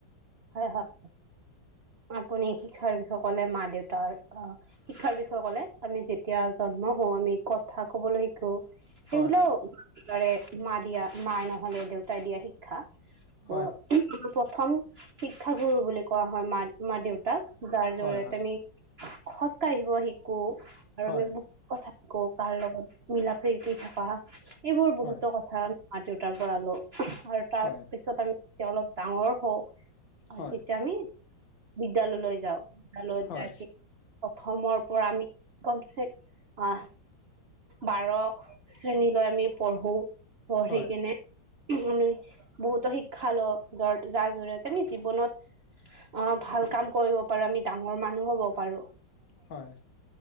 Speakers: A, on the right; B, on the left.
A: হয়, হয়, আপুনি শিক্ষাৰসকলে মা, দেউত তাৰ অ, শিক্ষাৰ বিষয়ে ক'লে আমি যেতিয়া জন্ম হওঁ আমি কথা কবলৈ শিকো।
B: হয়
A: সগুলাওাৰে
B: হয়
A: মা দিয়া মায় নহলে দেউতাই দিয়া শিক্ষা। অ,
B: হয়
A: আমাৰ প্ৰথম শিক্ষাগুৰু বুলি কোৱা হয় মা, মা, দেউতাক। যাৰ জৰিয়তে
B: হয় হয়
A: আমি খোজ কাঢ়িব শিকো আৰু
B: হয়
A: আমি বু, কথা শিকো। কাৰ লগত মিলা, প্ৰীতি কৰি থাকা এইবোৰ বহুতো
B: হয়
A: কথা মা, দেউতাৰ পৰা লওঁ। আৰু তাৰ
B: হয়
A: পিছত আমি তেতিয়া অলপ ডাঙৰ হওঁ
B: হয়
A: তেতিয়া আমি বিদ্যালয়লৈ যাওঁ বিদ্যালয়ত
B: হয়
A: যাই পি, প্ৰথমৰ পৰা আমি গমচে অ, বাৰ শ্ৰেণীলৈ আমি পঢ়ো। পঢ়ি
B: হয়
A: কিনে আমি বহুতো শিক্ষা লওঁ য, যাৰ, জৰিয়ত আমি জীৱনত অ, ভাল কাম কৰিব পাৰো। আমি ডাঙৰ মানুহ হ'ব পাৰো।
B: হয়,